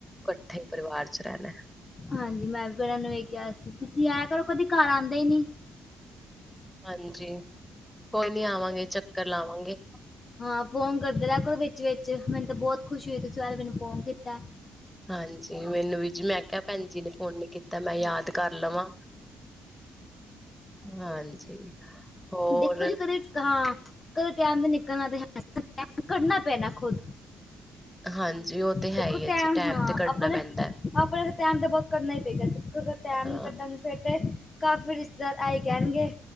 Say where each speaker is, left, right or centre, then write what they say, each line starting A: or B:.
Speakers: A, in the centre; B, on the left.
A: ਕੱਠੇ ਪਰਿਵਾਰ ਚ ਰੈਂਨਾ।
B: ਹਾਂਜੀ ਮੈਂ ਵੀ ਬਰੇਆ ਨੂੰ ਏਈ ਕੇਆ ਸੀ ਤੁਸੀਂ ਆਇਆ ਕਰੋ ਕਦੀ ਘਰ ਆਂਦੇ ਨੀ।
A: ਹਾਂਜੀ ਕੋਈ ਨੀ ਆਵਾਂਗੇ ਚੱਕਰ ਲਾਵਾਂਗੇ।
B: ਹਾਂ ਫ਼ੋਨ ਕਰਦਾ ਰੇਆ ਕਰੋ ਵਿੱਚ-ਵਿੱਚ ਮੈਨੂੰ ਤੇ ਬੋਤ ਖੁਸ਼ੀ ਹੋਈ ਤੁਸੀਂ ਅੱਜ ਮੈਨੂੰ ਫ਼ੋਨ ਕੀਤਾ।
A: ਹਾਂਜੀ ਮੈਨੂੰ ਵੀ ਜੀ ਮੈਂ ਕੇਆ ਭੈਣ ਜੀ ਨੇ ਫ਼ੋਨ ਨੀ ਕੀਤਾ ਮੈਂ ਯਾਦ ਕਰ ਲਵਾਂ। ਹਾਂਜੀ। ਹੋਰ
B: ਦੇਕੋ ਜੀ ਕਦੇ ਹਾਂ ਕਦੇ ਟੈਮ ਨੀ ਨਿਕਲਣਾ ਤੇ ਕੱਢਣਾ ਪੈਣਾ ਖੁਦ।
A: ਹਾਂਜੀ। ਉਹ ਤੇ ਹੈ
B: ਦੇਖੋ
A: ਹੀ ਹੈ
B: ਟਾਈਮ
A: ਜੀ ਟੈਮ
B: ਹਾਂ
A: ਤੇ ਕੱਢਣਾ
B: ਆਪਣੇ,
A: ਪੈਂਦਾ
B: ਆਪਣੇ ਤੇ ਟਾਈਮ ਦਾ ਬੋ ਕਰਨਾ ਈ ਪਏਗਾ ਜਤ ਅਗਰ ਟਾਈਮ
A: ਹਾਂ।
B: ਨੀ ਕੱਢਾਗੇ ਫੇਰ ਤੇ ਕਾਫ਼ੀ ਰਿਸ਼ਤੇਦਾਰ ਆਈ ਕੈਂਣਗੇ